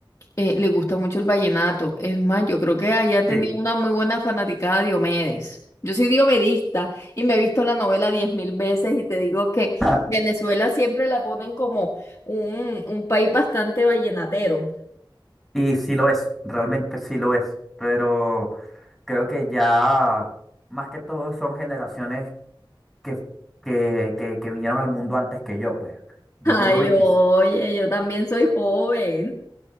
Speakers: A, on the left (about 40°); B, in the centre.
A: eh, le gusta mucho el vallenato. Es más, yo creo que allá tenía
B: sí.
A: una muy buena fanaticada de Diomedes. Yo soy diomedista y me he visto la novela diez mil veces y te digo que
B: <laughs>
A: Venezuela siempre la ponen como un, un país bastante vallenatero.
B: Y sí lo es, realmente sí lo es, pero creo que ya más que todo son generaciones que, que, que, que vinieron al mundo antes que yo, pues. Yo
A: Ay,
B: tengo 20.
A: oye, yo también soy joven.